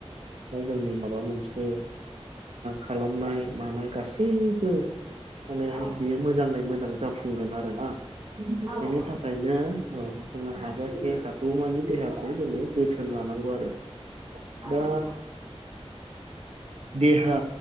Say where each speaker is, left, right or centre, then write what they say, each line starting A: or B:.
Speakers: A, on the right (about 70°); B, on the right (about 35°).
A: ओमफ्राय जोंनि माबा मोनसे खालामनाय मानाय गासैबो माने
B: औ
A: बियो मोजाङै मोजां जाफुंगोन आरोना
B: औ
A: बेनि
B: औ
A: थाखाय औ जों हाजासे हागौमानि देहाखौ जोङो जोथोन लानांगौ आरो।
B: औ
A: दा
B: नंगौ
A: देहा